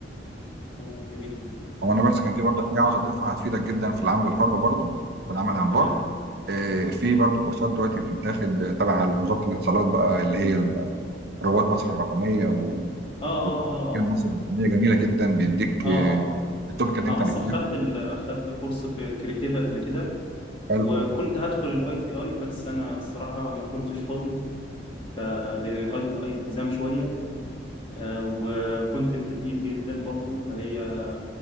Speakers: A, on the left; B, on the right.
A: تمام جميل جدا
B: هو انا بس كان في برضه حاجه عاوز اضيفها هتفيدك جدا في العمل الحر برضه والعمل عن
A: تمام
B: بعد آه، في برضه كورسات دلوقتي بتتاخد تبع وزاره الاتصالات بقى اللي هي رواد مصر الرقميه و
A: اه اه
B: ومجال
A: اه
B: مصر الرقميه جميله جدا بيديك
A: اه
B: آه،
A: اه, آه.
B: التوبيك اللي
A: انا
B: انت
A: اصلا
B: محتاجه
A: خدت ال... خدت كورس في كريتيفا قبل كده
B: حلو
A: وكنت هدخل الاي تي اي بس انا صراحه ما كنتش فاضي آه، لان الاي تي اي التزام شويه آه، وكنت تقيل جدا برضه فهي